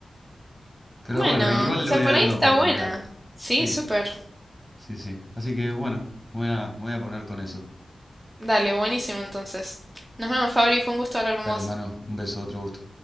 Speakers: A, in the centre; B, on the right.
A: Pero
B: Bueno,
A: bueno, igual
B: o sea,
A: le voy
B: por
A: a dar
B: ahí
A: una
B: está
A: oportunidad.
B: buena. Sí,
A: Sí.
B: súper.
A: Sí, sí. Así que bueno, me voy a, me voy a poner con eso.
B: Dale, buenísimo entonces. Nos vemos, Fabri, fue un gusto hablar con
A: Dale,
B: vos.
A: Manu, un beso, otro gusto.